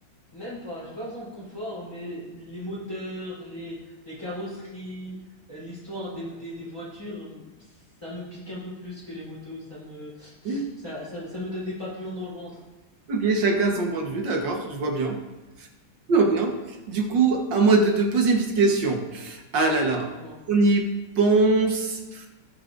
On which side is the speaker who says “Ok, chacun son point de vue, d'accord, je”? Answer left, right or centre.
Right